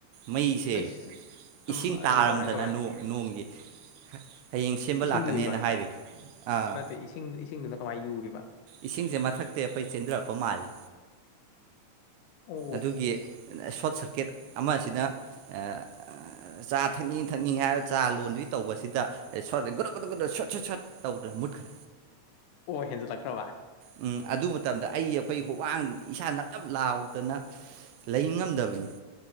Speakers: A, on the right; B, on the left.
A: ꯃꯩꯁꯦ
B: ꯑꯩꯁ
A: ꯏꯁꯤꯡ
B: ꯎꯝ ꯑꯗꯨꯗꯤ
A: ꯇꯥꯔꯝꯗꯅ
B: ꯀꯃꯥꯏꯅ ꯇꯧꯔꯦ
A: ꯅꯣ ꯅꯣꯡꯒꯤ ꯍ ꯍꯌꯦꯡ ꯁꯦꯝꯕ
B: ꯏꯁꯤꯡ
A: ꯂꯥꯛꯀꯅꯦꯅ
B: ꯌꯨꯔꯤꯔꯣ ꯍꯥꯏꯁꯦ
A: ꯍꯥꯏꯔꯤ ꯑꯥ
B: ꯅꯠꯇꯦ ꯏꯁꯤꯡ ꯏꯁꯤꯡꯗꯨꯅ ꯀꯃꯥꯏ ꯌꯨꯔꯤꯕ
A: ꯏꯁꯤꯡꯖꯦ ꯃꯊꯛꯇꯩ ꯑꯈꯣꯏ ꯆꯦꯟꯗꯔꯛꯄ ꯃꯥꯜꯂꯤ
B: ꯑꯣ
A: ꯑꯗꯨꯒꯤ ꯁꯣꯔꯠ ꯁꯔꯀꯤꯠ ꯑꯃꯁꯤꯗ ꯑ ꯑ ꯆꯥ ꯊꯛꯅꯤꯡ ꯊꯛꯅꯤꯡꯉꯦ ꯍꯥꯏꯔ ꯆꯥ ꯂꯣꯟꯗꯨꯢ ꯇꯧꯕꯁꯤꯗ ꯁꯣꯠ ꯒꯨꯔꯨꯛ ꯒꯨꯗꯨꯛ ꯒꯨꯗꯨ ꯁꯣꯠ ꯁꯨꯠ ꯁꯣꯠ ꯇꯧꯗ꯭ꯔꯥ ꯃꯨꯠꯈ꯭ꯔꯦ
B: ꯑꯣ ꯍꯦꯟꯖꯜꯂꯛꯈ꯭ꯔꯕ
A: ꯎꯝ ꯑꯗꯨ ꯃꯇꯝꯗ ꯑꯩ ꯑꯈꯣꯏ ꯍꯨꯋꯥꯡ ꯏꯁꯥ ꯅꯞꯅꯞ ꯂꯥꯎꯗꯅ ꯂꯩ ꯉꯝꯗꯕꯅꯤ